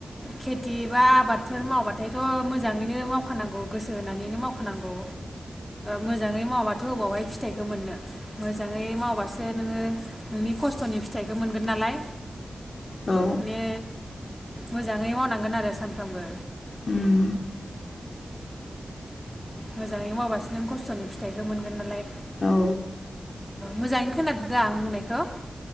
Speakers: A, in the centre; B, on the left (about 45°).
A: खेथि बा आबादफोर मावबाथायथ मोजाङैनो मावखानांगौ गोसो होनानैनो मावखानांगौ मोजाङै मावाबाथ अबावहाय फिथाइखौ मोननो मोजाङै मावबासो नोङो नोंनि खस्थनि फिथाइखौ मोनगोन नालाय।
B: औ
A: ने मोजाङै मावनांगोन आरो सानफ्रामबो
B: उम
A: मोजाङै मावबासो नों खस्थनि फिथाइखौ मोनगोन नालाय
B: औ
A: मोजाङैनो खोनादो दा आं बुंनायखौ।